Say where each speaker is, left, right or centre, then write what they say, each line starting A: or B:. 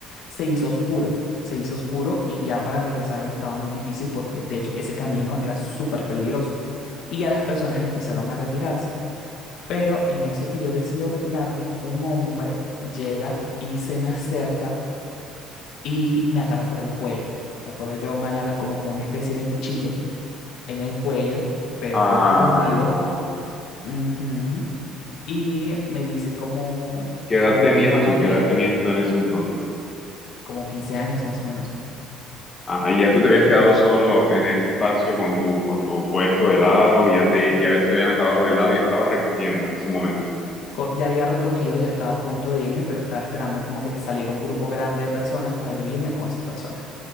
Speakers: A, on the left; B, on the left.
A: se hizo oscuro. Se hizo oscuro y ya para regresarme estaba muy difícil porque de hecho ese camino era súper peligroso. Y ya las personas empezaron a retirarse. Pero en eso que yo decido retirarme, un hombre llega y se me acerca y me agarra por el cuello. Recuerdo yo, me agarra como con una especie de cuchillo en el cuello, pero
B: Ay,
A: como escondido.
B: no.
A: Ujú. Y me dice como,
B: ¿Qué edad
A: como
B: tenías
A: no hagas
B: tú? ¿Qué
A: ruido,
B: edad tenías tú en ese entonces?
A: como 15 años más o menos.
B: Ajá, y ya tú te habías quedado solo en ese espacio con tu, con tu puesto de helado, y ya te, ya se habían acabado los helados y estabas recogiendo en ese momento.
A: Co- Ya había recogido, ya estaba a punto de irme, pero estaba esperando como que saliera un grupo grande de personas para yo irme con esas personas.